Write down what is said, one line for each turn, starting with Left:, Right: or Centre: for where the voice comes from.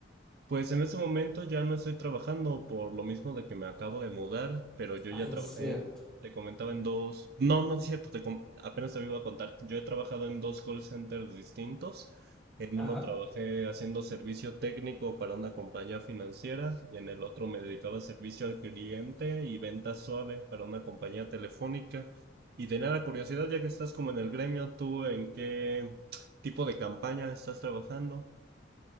Right: Pues en ese momento ya no estoy trabajando por lo mismo de que me acabo de mudar, pero yo
Centre: Ay,
Right: ya trabajé,
Centre: es cierto.
Right: te comentaba en dos, no, no es cierto, te com- apenas te iba a contar, yo he trabajado en dos call centers distintos, en
Centre: Ajá.
Right: uno trabajé haciendo servicio técnico para una compañía financiera y en el otro me dedicaba a servicio al cliente y venta suave para una compañía telefónica. Y tenía la curiosidad, ya que estás como en el gremio, ¿tú en qué tipo de campaña estás trabajando?